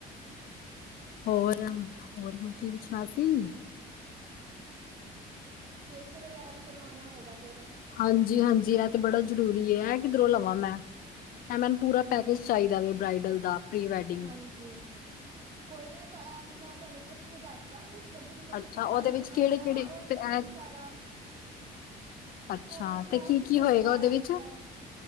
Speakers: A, on the left; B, on the right.
A: ਹੋਰ-ਹੋਰ ਮੈਂ ਕੀ ਪੁੱਛਨਾ ਸੀ
B: ਫੇਸ਼ੀਅਲ ਵਗੈਰਾ ਵੀ ਕਰਵਾਨਾ ਹੋਏਗਾ ਫਿਰ?
A: ਹਾਂਜੀ-ਹਾਂਜੀ ਐ ਤੇ ਬੜਾ ਜ਼ਰੂਰੀ ਏ ਐ ਕਿਦਰੋਂ ਲਵਾਂ ਮੈਂ। ਐ ਮੈਂਨ ਪੂਰਾ ਪੈਕੇਜ ਚਾਹੀਦਾ ਵੇ ਬਰਾਈਡਲ ਦਾ ਪ੍ਰੀ ਵੈਡਿੰਗ
B: ਹਾਂਜੀ ਕੋਈ ਨੀ ਐ ਤੇ ਮੈਂ ਤੁਆਨੂੰ ਪੁੱਛ ਕੇ ਦੱਸ ਦਾਂਗੀ ਮਤਲਬ ਜਿਦੇ ਕੋਲ
A: ਅੱਛਾ,
B: ਤੁਸੀਂ ਤਿਆਰ
A: ਓਦੇ
B: ਹੋਨਾ
A: ਵਿੱਚ ਕੇੜੇ-ਕੇੜੇ
B: ਹੋਏਗਾ ਨਾ ਉਦੇ
A: ਤੇ
B: ਵਿੱਚ
A: ਐ
B: ਹੀ ਸਾਰਾ
A: ਅੱਛਾ,
B: ਕੋਰੀਨ ਗਲਾਸ
A: ਤੇ ਕੀ-ਕੀ
B: ਵੀ ਚੱਲ
A: ਹੋਏਗਾ
B: ਦੇਆ
A: ਓਦੇ
B: ਆ
A: ਵਿੱਚ?
B: ਅੱਜ ਕੱਲ